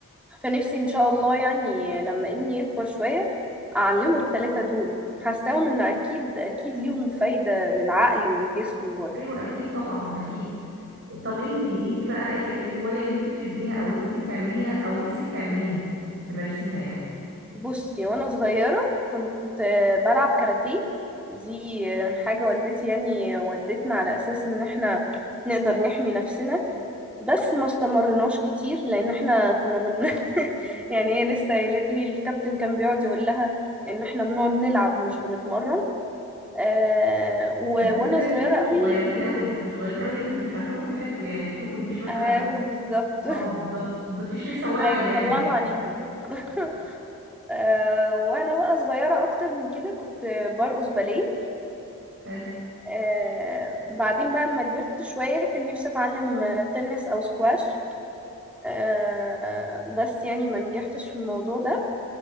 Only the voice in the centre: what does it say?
فنفسي ان شاء الله يعني لما ابني يكبر شوية اعلمه التلاتة دول حاساهم ان اكيد اكيد ليهم فايدة للعقل والجسم برضه
بصي وانا صغيرة كنت آه، بلعب كاراتيه دي آه، حاجة والدتي يعني ودتنا على اساس ان احنا نقدر نحمي نفسنا بس ما استمرناش كتير لان احنا كنا بن <laughs> يعني هي لسه قايله لي الكابتن كان بيقعد يقول لها ان احنا بنقعد نلعب مش بنتمرن آه و...
وانا
صغيرة
قوي
كنت
ايوه بالظبط
<laughs>
ايوه
طلعنا عينيهم <laughs> آه وانا بقى صغيرة اكتر من كده كنت برقص باليه
آه بعدين بقى اما كبرت شوية كان نفسي اتعلم آه، تنس او سكواش آه بس يعني ما نجحتش في الموضوع ده